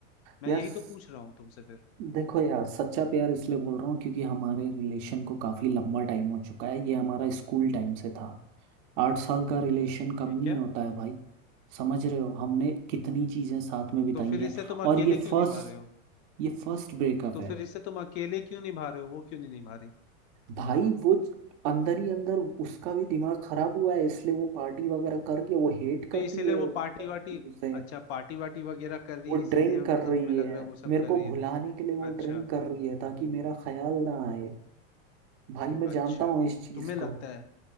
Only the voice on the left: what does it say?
मैं
यही
तो पूछ रहा हूँ तुमसे फिर
ठीक
है
तो फिर
इसे तुम
अकेले
क्यों
निभा रहे हो
तो
फिर इसे तुम अकेले क्यों निभा रहे हो वो क्यों नहीं निभा रही
तो इसीलिए
वो पार्टी वार्टी
अच्छा पार्टी वार्टी वगैरह कर रही
है इसीलिए
मतलब
तुम्हें लग
रहा है वो
सब कर
रही है
अच्छा
अच्छा
तुम्हें लगता
है